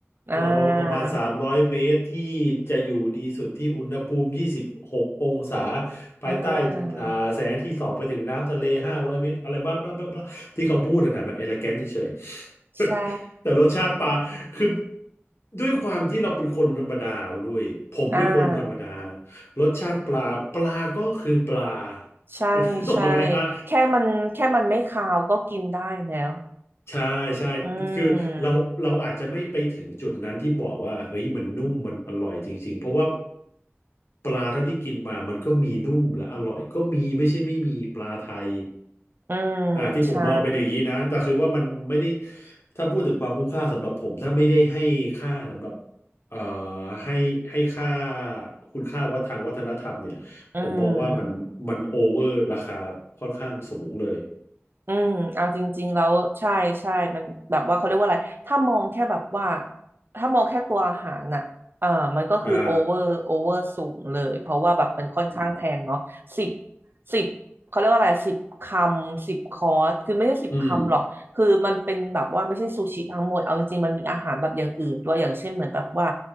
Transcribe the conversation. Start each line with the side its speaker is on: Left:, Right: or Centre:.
Right: อ่า
Left: เราประมาณสามร้อยเมตรที่จะอยู่ดีสุดที่อุณหภูมิยี่สิบหกองศาภายใต้
Right: อ่า
Left: อ่าแสงที่ส่องไปถึงน้ำทะเลห้าร้อยเมตรอะไรบ้าบลาบลาบลาที่เขาพูดอะนะมันเอเลแกนเฉยๆ
Right: ใช่
Left: แต่รสชาติปลาคือด้วยความที่เราเป็นคนธรรมดาคุณด้วยผมเป็นคนธรรมดา
Right: อ่า
Left: รสชาติปลาปลาก็คือปลา <laughs>
Right: ใช่ใช่
Left: นึกออกไหมฮะ
Right: แค่มันแค่มันไม่คาวก็กินได้แล้ว
Left: ใช่ใช่คือเราเราอาจจะไม่ไปถึงจุดนั้นที่บอกว่าเฮ้ยมันนุ่มมันอร่อยจริงๆเพราะว่า
Right: อืม
Left: ปลาเท่าที่กินมามันก็มีนุ่มและอร่อยก็มีไม่ใช่ไม่มีปลาไทย
Right: อืม
Left: อ่าที่ผมมองเป็นอย่างนี้นะแต่คือว่ามันไม่ได้
Right: ใช่
Left: ถ้าพูดถึงความคุ้มค่าสำหรับผมถ้าไม่ได้ให้ค่าสำหรับเอ่อให้ให้ค่าคุณค่าว่ทางวัฒนธรรมเนี่ยผมมองว่ามันมันโอเวอร์ราคาค่อนข้างสูงเลย
Right: อืม อืมเอาจริงๆแล้วใช่ใช่มันแบบว่าเขาเรียกว่าอะไรถ้ามองแค่แบบว่าถ้ามองแค่ตัวอาหารน่ะเอ่อมันก็คือโอเวอร์โอเวอร์สูงเลยเพราะว่าแบบมันค่อนข้างแพงเนาะสิบ
Left: อ่าอืม
Right: สิบเขาเรียกว่าอะไรสิบคำสิบคอร์สคือไม่ใช่สิบคำหรอกคือมันเป็นแบบว่าไม่ใช่ซูชิทั้งหมดเอาจริงๆมันมีอาหารแบบอย่างอื่นด้วยอย่างเช่นเหมือนแบบว่า
Left: อืม